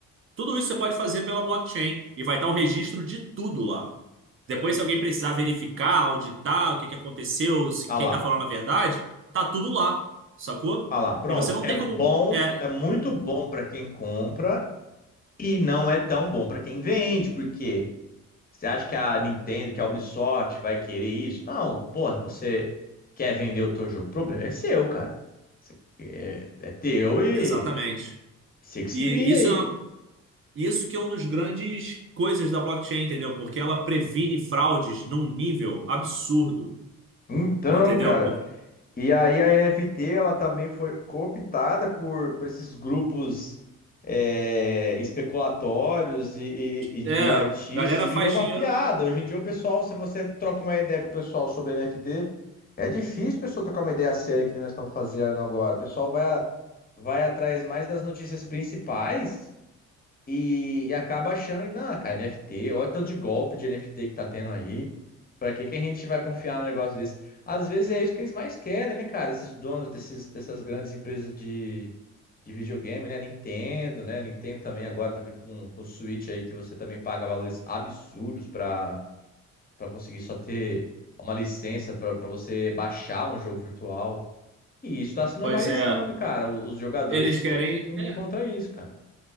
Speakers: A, on the right; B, on the left.
A: Tudo isso você pode fazer pela blockchain e vai estar o registro de tudo lá. Depois, se alguém precisar verificar, auditar o que que aconteceu, se
B: ah
A: quem
B: lá,
A: está falando a verdade, tá tudo lá, sacou?
B: ah lá, pronto.
A: E você não
B: É
A: tem
B: bom,
A: como. É,
B: é muito bom para quem compra e não é tão bom para quem vende, porque você acha que a Nintendo, que a Ubisoft vai querer isso? Não, porra, você quer vender o teu jogo, o problema é seu, cara. É, é teu e
A: exatamente.
B: você que se
A: E
B: vira
A: isso
B: aí.
A: é uma- isso que é uma das grandes coisas da blockchain, entendeu? Porque ela previne fraudes num nível absurdo,
B: Então,
A: entendeu?
B: cara,
A: Porque
B: E aí a NFT ela também foi cooptada por, por esses grupos é, especulatórios e, e- e-
A: é,
B: e
A: é,
B: artistas
A: galera
B: e
A: faz
B: virou uma
A: dinheiro
B: piada. Hoje em dia o pessoal, se você troca uma ideia com o pessoal sobre NFT, é difícil a pessoa trocar uma ideia séria que nem nós estamos fazendo agora. O pessoal vai, a- vai atrás mais das notícias principais e, e acaba achando, não, cara, NFT, olha o tanto de golpe de NFT que tá tendo aí. Pra que que a gente vai confiar num negócio desse? Às vezes é isso que eles mais querem, né, cara? Esses donos desses, dessas grandes empresas de, de videogame, né? Nintendo, né? Nintendo também agora tá vindo com, com Switch aí que você também paga valores absurdos pra, pra conseguir só ter uma licença pra, pra você baixar um jogo virtual. E isso tá se normalizando,
A: Pois é,
B: cara. Os jogadores
A: eles
B: eles
A: querem.
B: têm que se unir
A: É,
B: contra isso, cara.